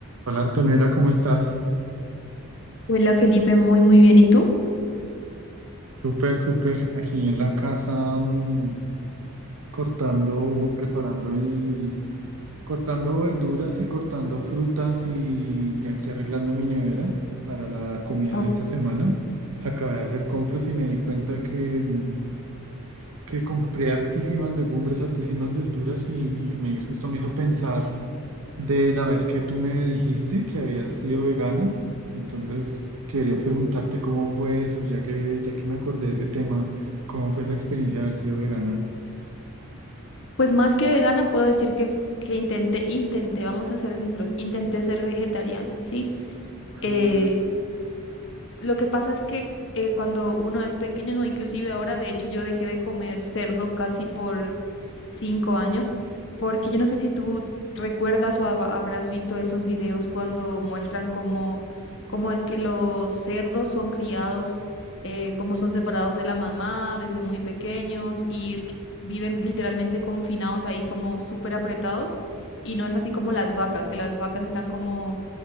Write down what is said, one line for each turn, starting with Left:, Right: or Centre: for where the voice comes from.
Right: Hola Antonella, ¿cómo estás?
Left: Hola Felipe, muy muy bien. ¿Y tú?
Right: Súper, súper. Aquí en la casa mm, cortando, preparando el, cortando verduras y cortando frutas y, y aquí arreglando mi nevera para la comida
Left: Oh,
Right: de esta semana. Acabé de hacer compras y me di cuenta que, mm, que compré hartísimas legumbres, hartísimas verduras y, y me hizo, esto me hizo pensar De la vez que tú me dijiste que habías sido vegana, entonces quería preguntarte cómo fue eso, ya que, ya que me acordé de ese tema, cómo fue esa experiencia de haber sido vegana.
Left: Pues más que vegana puedo decir que, f- que intenté, intenté, vamos a ser sinceros, intenté ser vegetariana, ¿sí?
Right: Mm,
Left: Eh, Lo que pasa es que eh, cuando uno es pequeño, no, inclusive ahora, de hecho, yo dejé de comer cerdo casi por cinco años, porque yo no sé si tú recuerdas o hab- habrás visto esos videos cuando muestran cómo, cómo es que los cerdos son criados, eh, cómo son separados de la mamá desde muy pequeños y viven literalmente confinados ahí como súper apretados. Y no es así como las vacas, que las vacas están como